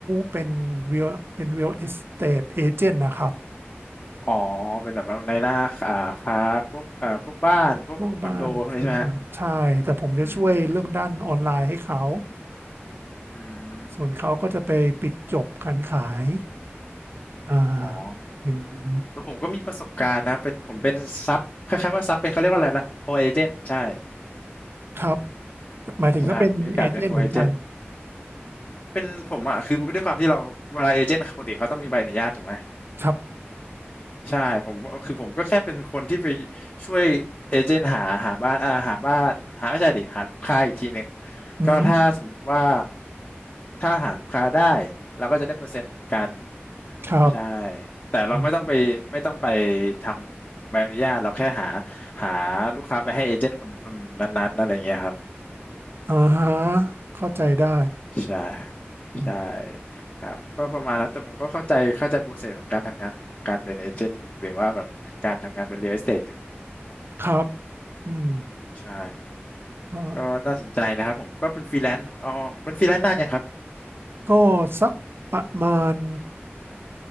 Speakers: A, on the right; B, on the left.
A: เป็นเรียลเป็นเรียลเอสเตทเอเจนต์นะครับ
B: อ๋อเป็นแบบว่าในหน้าอ่าค้าพวกอ่าพวกบ้านพวกคอนโดพวกนี้ใช่ไหมฮะ
A: พวกบ้านอ่าใช่แต่ผมจะช่วยเรื่องด้านออนไลน์ให้เขา
B: อืมอืม
A: ส่วนเขาก็จะไปปิดจบการขาย อ่า
B: อ๋อ
A: อย่างนี้
B: แล้วผมก็มีประสบการณ์นะเป็นผมเป็นซับคล้ายๆว่าซับเป็นเขาเรียกว่าอะไรนะโคเอเจนต์ใช่
A: ครับ หมายถึงก็เป็นเอเจนต์เหมือนกัน
B: ใช่ผมมีโอกาสเป็นโคเอเจนต์เป็นผมอ่ะคือด้วยความที่เราเวลาเอเจนต์ปกติเขาต้องมีใบอนุญาตถูกไหม
A: ครับ
B: ใช่ผมคือผมก็แค่เป็นคนที่ไปช่วยเอเจนต์หาหาบ้านอ่าหาบ้านหาไม่ใช่ดิหาลูกค้าอีกทีหนึ่ง
A: อืม
B: ก็ถ้าสมมติว่าถ้าหาลูกค้าได้เราก็จะได้เปอร์เซ็นต์เหมือนกัน
A: ครับ
B: ใช่แต่เราไม่ต้องไปไม่ต้องไป
A: อืม
B: ทำใบอนุญาตเราแค่หาหาลูกค้าไปให้เอเจนต์คนคนนั้นๆอะไรเงี้ยครับ
A: อ่าฮะเข้าใจได้
B: ใช่
A: อืม
B: ใช่ครับก็ประมาณนั้นแต่ผมก็เข้าใจเข้าใจโปรเซสของการทำงานของการเป็นเอเจนต์หรือว่าแบบการทำงานเป็นเรียลเอสเตทอยู่
A: ครับอืม
B: ใช่
A: ก็
B: ก็น่าสนใจนะครับผมก็เป็นฟรีแลนซ์อ๋อเป็นฟรีแลนซ์นานยังครับ
A: ก็สักประมาณ